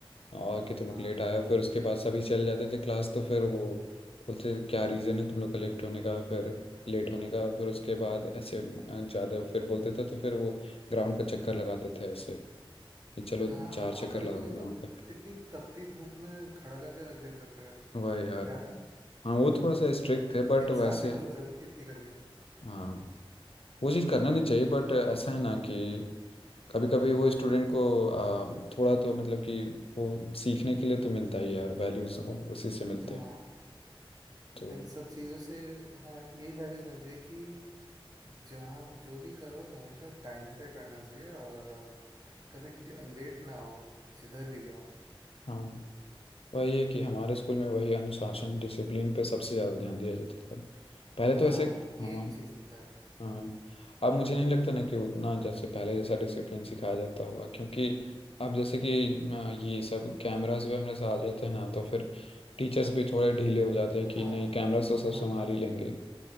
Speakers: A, on the left (about 85°); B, on the right (about 40°).
A: और कि तुम
B: हाँ
A: लोग लेट आए हो फिर उसके बाद सभी चले जाते थे क्लास तो फिर वो बोलते थे, क्या रीज़न है तुम लोग का लेफ्ट होने का फिर लेट होने का फिर उसके बाद ऐसे अ, ज़्यादा फिर बोलते थे तो फिर वो ग्राउंड का चक्कर लगाते थे ऐसे कि चलो
B: हाँ
A: चार चक्कर
B: और कभी
A: लगाओ
B: कभी
A: ग्राउंड
B: तो
A: पे
B: इतनी तपती धूप में खड़ा करके रख देते थे
A: वही यार
B: याद है
A: हाँ वो थोड़ा सा स्ट्रिक्ट थे बट
B: इंसान
A: वैसे
B: बेहोश हो जाए उत- इतनी गर्मी में
A: हाँ वो चीज़ करना नहीं चाहिए बट ऐसा है ना कि कभी कभी वो स्टूडेंट को आ, थोड़ा तो मतलब कि वो सीखने के लिए तो मिलता ही है यार वैल्यूज उसी से मिलते
B: हाँ
A: हैं तो
B: इन सब चीजों से हाँ यही वैल्यूज मिलती है कि जहाँ जो भी करो हमेशा टाइम पे करना चाहिए और अ, कभी लेट ना हो जिधर भी जाओ
A: हाँ वही है कि हमारे स्कूल में वही अनुशासन डिसिप्लिन पे सबसे ज़्यादा ध्यान दिया जाता था पहले तो
B: हाँ
A: ऐसे हाँ
B: ये एक चीज है
A: हाँ अब मुझे नहीं लगता ना कि उतना जैसे पहले जैसा डिसिप्लिन सिखाया जाता होगा क्योंकि अब जैसे कि आ, ये सब कैमरास वैमरास आ जाते हैं ना तो फिर टीचर्स भी थोड़े ढीले हो जाते हैं कि
B: हाँ
A: नहीं कैमरास तो सब
B: हाँ
A: संभाल
B: हाँ
A: ही
B: हाँ
A: लेंगे